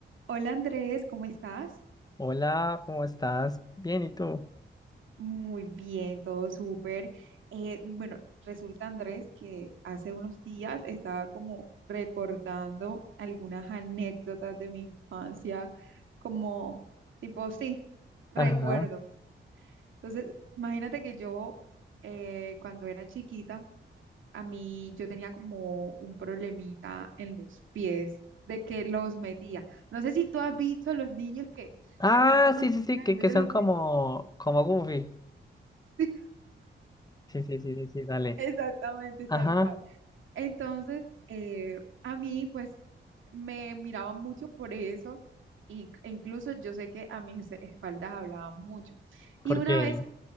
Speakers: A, on the right; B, on the left.
A: Hola Andrés, ¿cómo estás?
B: Hola, ¿cómo estás? Bien, ¿y tú?
A: Muy bien, todo súper. Eh, bueno, resulta Andrés que hace unos días estaba como recordando algunas anécdotas de mi infancia, como tipo, sí, recuerdos.
B: Ajá.
A: Entonces, imagínate que yo eh, cuando era chiquita, a mí yo tenía como un problemita en los pies, de que los metía. No sé si tú has visto a los niños que
B: Ah,
A: de pronto caminan
B: sí, sí, sí, que,
A: y meten
B: que son
A: los
B: como,
A: pies.
B: como Goofy.
A: <laughs>
B: Sí, sí, sí, sí, sí, dale.
A: Exactamente,
B: Ajá,
A: tal cual. Entonces, eh, a mí, pues, me miraba mucho por eso, y, e incluso yo sé que a mis espaldas hablaban mucho. Y
B: porque.
A: una vez,